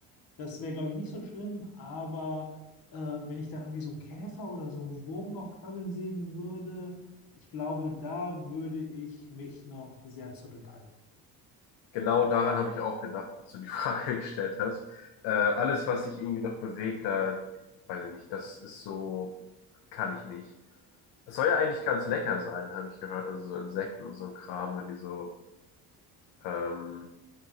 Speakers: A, on the left (about 50°); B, on the left (about 65°).
A: das wäre, glaube ich, nicht so schlimm. Aber äh, wenn ich da irgendwie so einen Käfer oder so einen Wurm noch krabbeln sehen würde, ich glaube, da würde ich mich noch sehr zurückhalten.
B: <laughs> genau daran habe ich auch gedacht, als du die Frage <laughs> gestellt hast. Äh, alles, was sich irgendwie noch bewegt, da weiß ich nicht, das ist so, kann ich nicht. Es soll ja eigentlich ganz lecker sein, habe ich gehört. Also so Insekten und so ein Kram, wenn die so ähm,